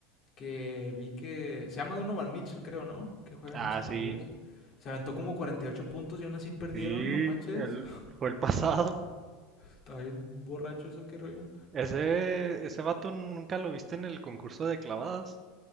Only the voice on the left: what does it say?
que vi que se llama Donovan Mitchell, creo, ¿no? Que juega
en los Cavaliers.
Se aventó como 48 puntos y aún así perdieron,
no manches.
<laughs>
Está bien borracho eso, qué rollo.